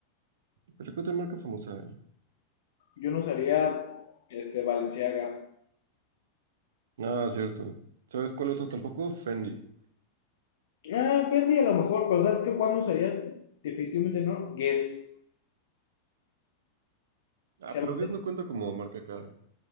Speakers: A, on the right; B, on the left.
A: Pero ¿qué otra marca famosa hay?
B: Yo no usaría este Balenciaga.
A: Ah, cierto. ¿Sabes cuál otro tampoco? Fendi.
B: Ah, Fendi a lo mejor, pero ¿sabes qué? ¿Cuál no usaría? Definitivamente no. Guess.
A: Ah,
B: Se llama
A: pero
B: ese.
A: Guess no cuenta como marca cara.